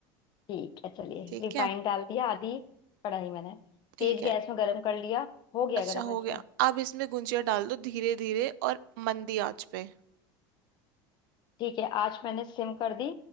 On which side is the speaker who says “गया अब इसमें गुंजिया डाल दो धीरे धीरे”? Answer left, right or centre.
Right